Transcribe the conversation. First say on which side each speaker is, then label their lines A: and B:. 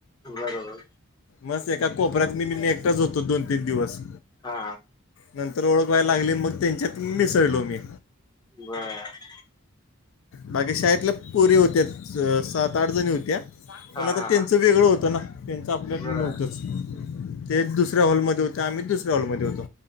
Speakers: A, on the left; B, on the left.
A: बरोबर.
B: मस एका कोपऱ्यात मी मी एकटाच होतो दोन तीन दिवस.
A: हा
B: नंतर ओळख वयला लागली मग त्यांच्यात मिसळलो मी.
A: बर.
B: बाकी शाळेतल्या पोरी होत्या सात आठ जणी होत्या.
A: हा
B: पण आता
A: हा
B: त्यांचं वेगळं होतं ना त्यांच आपल्या
A: बर
B: न तच ते दुसऱ्या हॉलमध्ये होत्या आम्ही दुसऱ्या हॉलमध्ये होतो.